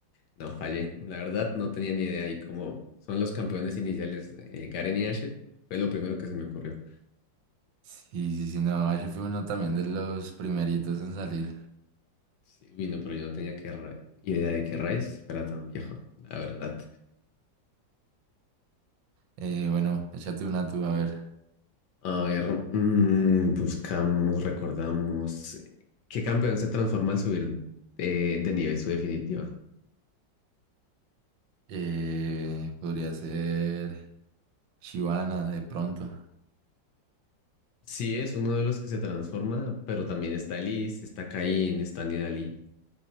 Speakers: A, on the left (about 70°); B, on the right (about 80°).
A: no, fallé. La verdad, no tenía ni idea. Y como son los campeones iniciales, eh, Garen y Ashe, fue lo primero que se me ocurrió.
B: Sí, sí, sí, no, Ash fue uno también de los primeritos en salir.
A: Sí, uy, no, pero yo no tenía que ra- idea de que Rice fuera tan viejo, la verdad.
B: Eh, bueno, échate una tú, a ver.
A: A ver, mm, buscamos, recordamos. ¿Qué campeón se transforma al subir eh, de nivel su definitiva?
B: Eh, podría ser Shivana de pronto.
A: Sí, es uno de los que se transforma, pero también está Elise, está Kayn, está Nidalee.